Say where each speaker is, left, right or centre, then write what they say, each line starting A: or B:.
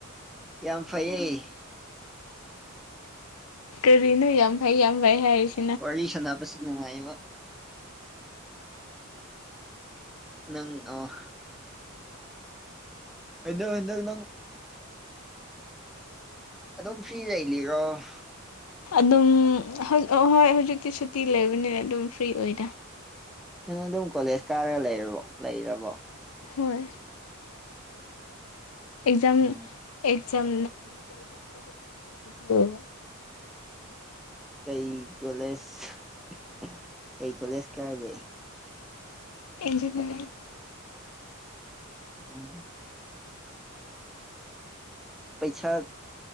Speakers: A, in the centre; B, on the left (about 75°).
A: ꯌꯥꯝ ꯐꯩꯌꯦ
B: ꯀꯔꯤꯅꯣ ꯌꯥꯝ ꯐꯩ ꯌꯥꯝ ꯐꯩ ꯍꯥꯏꯔꯤꯁ
A: ꯋꯥꯔꯤ ꯁꯥꯟꯅꯕꯁꯨ ꯅꯨꯡꯉꯥꯏꯕ ꯅꯪ ꯑꯣ ꯍꯟꯗꯛ ꯍꯟꯗꯛ ꯅꯪ ꯑꯗꯨꯝ ꯐ꯭ꯔꯤ ꯂꯩꯂꯤꯔꫭ
B: ꯑꯗꯨꯝ ꯍꯣꯏ ꯍꯧꯖꯤꯛꯇꯤ ꯁꯨꯇꯤ ꯂꯩꯕꯅꯤꯅ ꯑꯗꯨꯝ ꯐ꯭ꯔꯤ ꯑꯣꯏꯗ
A: ꯅꯪ ꯑꯗꯨꯝ ꯀꯣꯂꯦꯖ ꯀꯥꯔꯒ ꯂꯩꯔꯕꯣ ꯂꯩꯔꯕꯣ
B: ꯍꯣꯏ ꯑꯦꯖꯝ
A: ꯎꯝ
B: ꯑꯦꯖꯝ <unintelligible> ꯑꯗꯨꯒꯤ ꯁꯨꯇꯤ ꯑꯣꯢꯕ
A: ꯀꯩ ꯀꯣꯂꯦꯖ ꯀꯩ ꯀꯣꯂꯦꯖ ꯀꯥꯒꯦ
B: ꯏꯟꯖꯤꯅꯔꯤ
A: ꯑꯣ ꯄꯩꯁꯥ